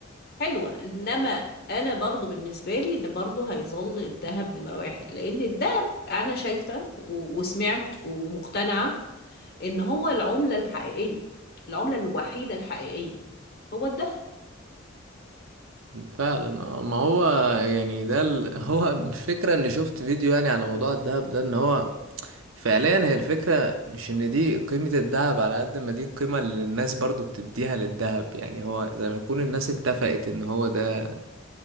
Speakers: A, on the left; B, on the right.
A: حلوة انما انا برضو بالنسبة لي ان برضو هيظل الذهب نمرة واحد لان الذهب انا شايفة و- وسمعت ومقتنعة ان هو العملة الحقيقية العملة الوحيدة الحقيقية هو الدهب
B: فعلا آه، ما هو يعني ده ال... <laughs> هو الفكرة اني شفت فيديو يعني على موضوع الدهب ده ان هو فعليا هي الفكرة مش ان دي قيمة الذهب على قد ما دي القيمة اللي الناس برضو بتديها للذهب يعني هو زي ما يكون الناس اتفقت ان هو ده